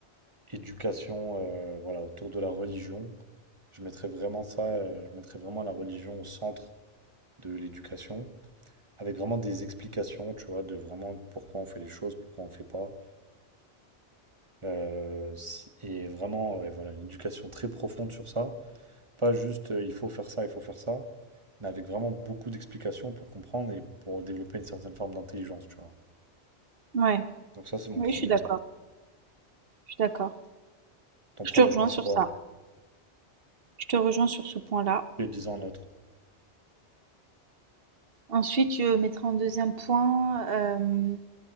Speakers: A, on the right (about 30°); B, on the right (about 60°).
A: éducation, euh, voilà, autour de la religion. Je mettrais vraiment ça, euh, je mettrais vraiment la religion au centre de l'éducation, avec vraiment des explications, tu vois, de vraiment pourquoi on fait les choses, pourquoi on fait pas. Euh, si- et vraiment, ouais, voilà, une éducation très profonde sur ça. Pas juste euh, il faut faire ça, il faut faire ça, mais avec vraiment beaucoup d'explications pour comprendre et pour développer une certaine forme d'intelligence, tu vois.
B: Ouais,
A: Donc ça, c'est mon
B: oui,
A: premier
B: je suis d'accord.
A: point.
B: Je suis d'accord.
A: Ton premier
B: Je te rejoins
A: point, c'est
B: sur
A: quoi?
B: ça. Je te rejoins sur ce point-là.
A: Et 10 ans notre.
B: Ensuite, je mettrai en deuxième point, hem,